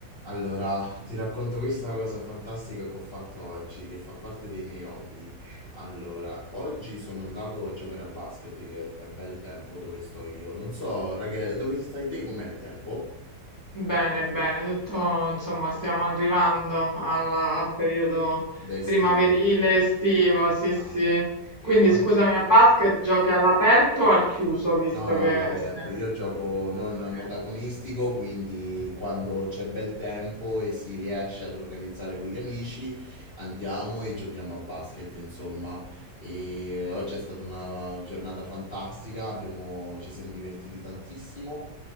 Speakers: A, on the left; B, on the right.
A: Allora, ti racconto questa cosa fantastica che ho fatto oggi, che fa parte dei miei hobby. Allora, oggi sono andato a giocare a basket, che è bel tempo dove sto io. Non so, ragazzi, dove stai te? Com'è il tempo?
B: Bene, bene, tutto, insomma, stiamo arrivando alla- al periodo
A: D'estivo.
B: primaverile,
A: al pre-
B: estivo, sì,
A: Ah.
B: sì. Quindi
A: E oggi...
B: scusami, a basket giochi all'aperto o al chiuso, visto
A: No, no,
B: che
A: all'aperto.
B: st-
A: Io gioco non
B: ok.
A: modagonistico, quindi quando c'è bel tempo e si riesce ad organizzare con gli amici, andiamo e giochiamo a basket, insomma. E oggi è stata una giornata fantastica, abbiamo- ci siamo divertiti tantissimo.